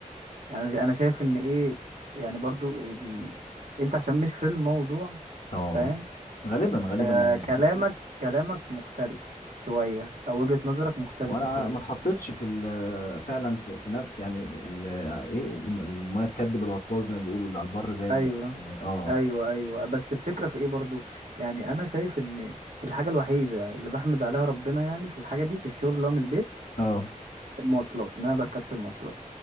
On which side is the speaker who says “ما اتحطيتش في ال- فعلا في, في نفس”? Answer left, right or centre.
Left